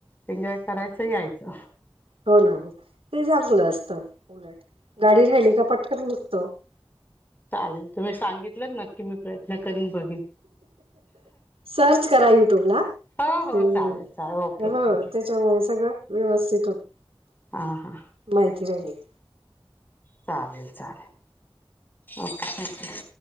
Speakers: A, on the left; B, on the right.
A: एन्जॉय करायचं यायचं
B: हो ना ते झाकल असत गाडी राहिली का पटकन पटकन हुत <inaudible>
A: चालल तुम्ही सांगितलं नक्की मी प्रयत्न करीन बघीन
B: सर्च करा युट्यूबला
A: हो
B: हम
A: हो चालेल चालेल ओके
B: ह
A: थँक्यू
B: त्याच्यामुळे सगळं व्यवस्थित होत
A: हा हा
B: माहिती राहिली
A: चालेल चालेल ओके थँक्यू